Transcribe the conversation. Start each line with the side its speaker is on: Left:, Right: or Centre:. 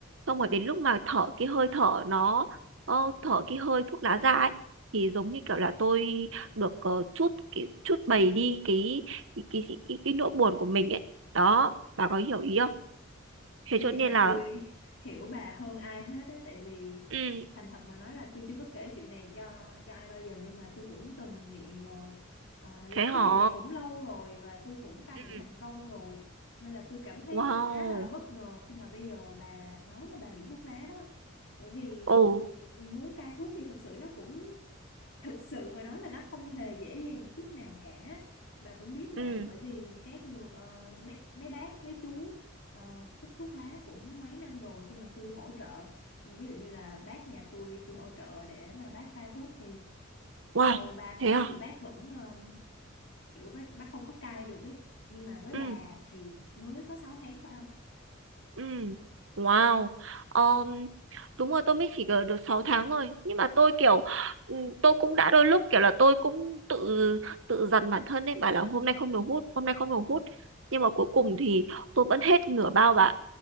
Right: xong rồi đến lúc mà thở cái hơi thở nó ờ, thở cái hơi thuốc lá ra ấy thì giống như kiểu là tôi được ờ, chút cái chút bày đi cái cái cái cái, cái, cái nỗi buồn của mình ấy đó bà có hiểu ý không thế
Left: tôi
Right: cho
Left: nghĩ
Right: nên
Left: là
Right: là
Left: tôi hiểu bà hơn ai hết á tại vì
Right: ừ
Left: thành thật mà nói là tôi chưa có kể chuyện này cho cho ai bao giờ nhưng mà tôi cũng từng nghiện rồi Ờ, là-
Right: thế hả
Left: cái chuyện này cũng lâu rồi và tôi cũng cai
Right: Ừ.
Left: nghiện thành công rồi nên là tôi cảm thấy
Right: Wow.
Left: khá là bất ngờ khi mà bây giờ bà nói là bà nghiện thuốc lá đó bởi vì
Right: Ồ.
Left: ừ, muốn cai thuốc thì thực sự nó cũng thực sự mà nói là nó không hề dễ dàng một chút nào cả bà cũng biết
Right: Ừ.
Left: mà bởi vì các người ờ, mấy mấy bác mấy chú ờ, hút thuốc lá cũng mấy năm rồi khi mà tôi hỗ trợ ví dụ như là bác nhà tôi tôi hỗ trợ để mà bác cai thuốc thì
Right: Wow.
Left: sau 3
Right: Thế
Left: tháng
Right: à?
Left: thì bác vẫn ờ, kiểu bác bác không có cai được ấy nhưng mà với
Right: Ừ.
Left: bà thì mới có 6 tháng phải không
Right: Ừ. Wow. Um, đúng rồi tôi mới chỉ ở được 6 tháng thôi nhưng mà tôi kiểu ừ, tôi cũng đã đôi lúc kiểu là tôi cũng tự tự dằn bản thân ấy bảo là hôm nay không được hút hôm nay không được hút nhưng mà cuối cùng thì tôi vẫn hết nửa bao bạn